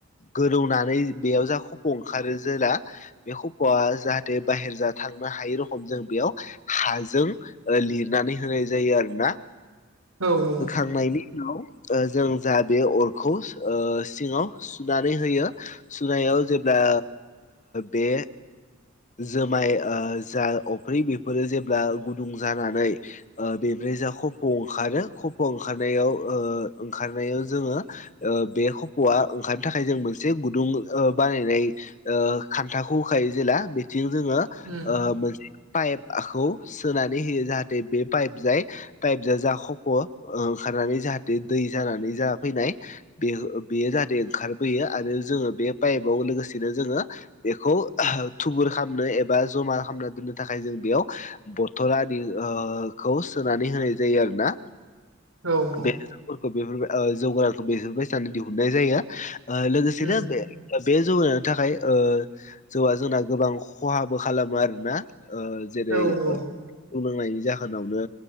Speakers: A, on the left; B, on the right.
A: गोदौनानै बेयाव जा खफ' ओंखारो जेला बे खफ'आ जाहाथे बाहेर जा थांनो हायै रखम जों बेयाव हाजों ओ लिरनानै होनाय जायो आरो ना
B: औ औ
A: होखांनायनि उनाव ओ जों जा बे अरखौ ओ सिङाव सुनानै होयो सुनायाव जेब्ला बे जुमाय जा अफ्रि बेफोरो जेब्ला गुदुं जानानै ओ बेनिफ्राय जा खफ' ओंखारो खफ' ओंखारनायाव ओ ओंखारनायाव जोङो ओ बे खफ'आ ओंखारनो थाखाय जों मोनसे गुदुं ओ बानायनाय खान्थाखौ होखायो जेला बिथिं जोङो
B: उम
A: मोन पाइपखौ सोनानै होयो जाहाथे बे पाइप जाय टाइप जा जाखफ' ओंखारनानै जाहाथे दै जानानै जा फैनाय बे बेयो जाहाथे ओंखारबोयो आरो जोङो बे पाइपआव लोगोसेनो जोङो बेखौ थुबुर खालामनो एबा जमा खालामना दोननो थाखाय जों बेयाव बथलदि खौ सोनानै होनाय जायो आरो ना
B: औ औ
A: बेफोरखौ बेफोर जौगारखौ बेफोरबायसानो दिहुननाय जायो लोगोसेनो
B: उम
A: बे बे जौगानायनि थाखाय जौआ जोंना गोबां खहाबो खालामो आरोना जेरै
B: औ
A: लोंनायनि
B: औ
A: जाहोनावनो